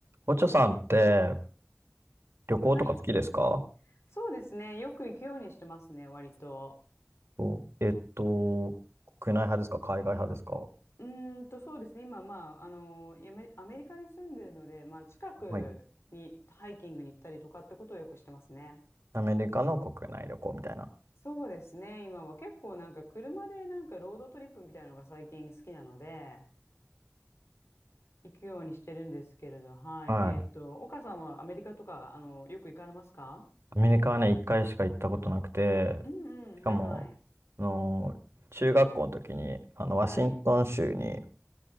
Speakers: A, on the right (about 80°); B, on the left (about 85°).
A: おちょさんって旅行とか好きですか
B: はい。そうですね。よく行くようにしてますね、割と。
A: そうえっと、国内派ですか海外派ですか
B: うーんと、そうですね。今、まあ、あの、やめアメリカに住んでるので、まあ、近くにハイキングに行ったりとかってことをよくしてますね。
A: はい。アメリカの国内旅行みたいな。
B: そうですね。今は結構なんか車でなんかロードトリップみたいなのが最近好きなので、行くようにしてるんですけれど、はい。
A: はい。
B: えっと、岡さんはアメリカとか、あの、よく行かれますか
A: アメリカはね、一回しか行ったことなくて、
B: うんうん、
A: しかも、
B: はいはい。
A: あの、中学校の時に、あの、ワシントン州に、
B: はい。